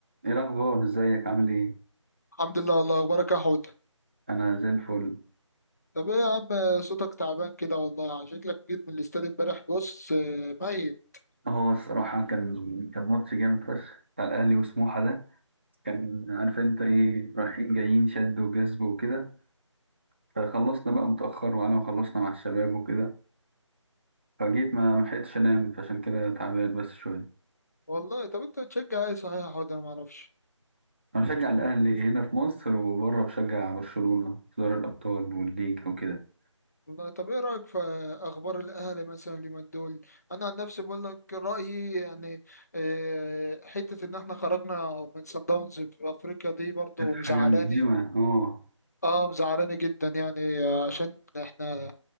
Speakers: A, on the right; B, on the left.
A: ايه الاخبار ازيك عامل ايه
B: الحمد لله والله اخبارك يا حوت
A: انا زي الفل
B: طب ايه يا عم صوتك تعبان كده والله يعني شكلك جيت من الاستاد امبارح بص آه، ميت
A: هو الصراحه كان كان ماتش جامد فشخ بتاع الاهلي وسموحه ده كان عارف انت ايه رايحين جايين شد وجذب وكده فخلصنا بقى متاخر وانا وخلصنا مع الشباب وكده فجيت ما ما لحقتش انام فعشان كده تعبان بس شويه
B: والله طب انت بتشجع ايه صحيح يا حوت انا ما اعرفش
A: انا بشجع الاهلي هنا في مصر وبره بشجع برشلونه في دوري الابطال والليج وكده
B: والله طب ايه رايك في اخبار الاهلي مثلا اليومين دول انا عن نفسي بقول لك رايي يعني آه، حته ان احنا خرجنا من صن داونز في افريقيا دي برضه
A: كانت
B: مزعلاني
A: حاجه ملهمه اه
B: اه مزعلاني جدا يعني آه، عشان احنا